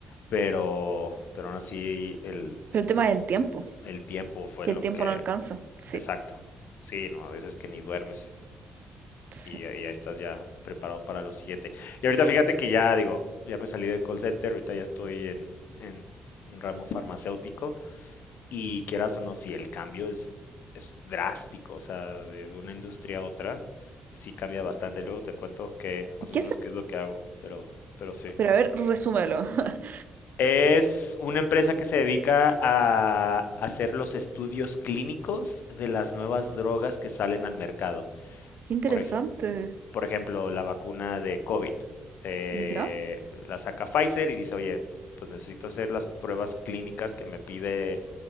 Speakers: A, on the left; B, on the right.
A: Pero, pero aún así el,
B: Pero el tema del tiempo,
A: el tiempo fue
B: que
A: lo
B: el tiempo
A: que,
B: no alcanza. Sí,
A: exacto. Sí, no, a veces que ni duermes
B: sí.
A: y, ahí ya estás ya preparado para lo siguiente. Y ahorita fíjate que ya digo, ya me salí del call center, ahorita ya estoy en, en un ramo farmacéutico Y quieras o no, si el cambio es, es drástico, o sea, de una industria a otra, sí cambia bastante. Luego te cuento que más
B: ¿Y
A: o
B: ¿Qué
A: menos
B: es?
A: qué es lo que hago, pero, pero sí.
B: Pero a ver, resúmelo. <laughs>
A: Es una empresa que se dedica a hacer los estudios clínicos de las nuevas drogas que salen al mercado.
B: Qué interesante.
A: Por, ej- por ejemplo, la vacuna de COVID. eh,
B: ¿Ya?
A: la saca Pfizer y dice, oye, pues necesito hacer las pruebas clínicas que me pide